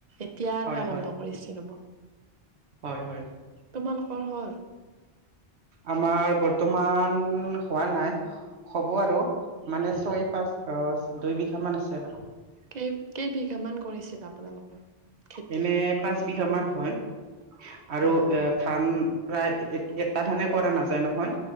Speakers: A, on the right; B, on the right.
A: এতিয়া আৰু
B: হয়
A: আৰম্ভ
B: হয়
A: কৰিছে ৰ'ব।
B: হয় হয়।
A: তোমালোকৰ হ'ল?
B: আমাৰ বৰ্তমান হোৱা নাই হ'ব আৰু। মানে
A: হয়
B: ছয়
A: হয়।
B: পাঁচ আহ দুই বিঘা মান আছে আৰু।
A: কেই কেইবিঘা মান কৰিছিল আপোনালোকৰ? খেতি
B: এনে পাঁচ বিঘা মান হয় আৰু
A: হয় হয়।
B: এ ধান প্ৰায় এক এটা ধানে কৰা নাযায় নহয়